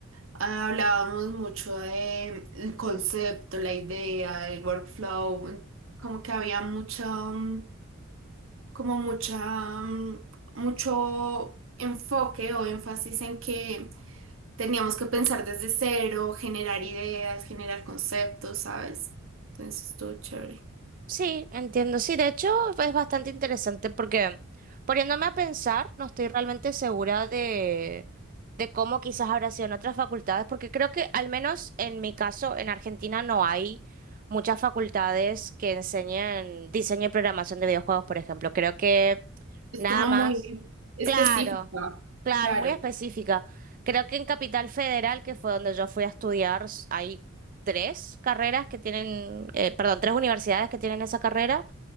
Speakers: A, on the right (about 65°); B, on the right (about 40°).
A: ah, hablábamos mucho de el concepto, la idea, el workflow, como que había mucho... mm, como mucha, mm, mucho enfoque o énfasis en que teníamos que pensar desde cero, generar ideas, generar conceptos, ¿sabes? Entonces estuvo chévere.
B: Sí, entiendo. Sí, de hecho es bastante interesante porque poniéndome a pensar, no estoy realmente segura de, de cómo quizás habrá sido en otras facultades, porque creo que al menos en mi caso, en Argentina no hay muchas facultades que enseñen diseño y programación de videojuegos, por ejemplo. Creo que
A: Es
B: Nada
A: como
B: más.
A: muy específica.
B: Claro, claro,
A: Claro,
B: es muy específica. Creo que en Capital Federal, que fue donde yo fui a estudiar, s- hay tres carreras que tienen, eh, perdón, tres universidades que tienen esa carrera.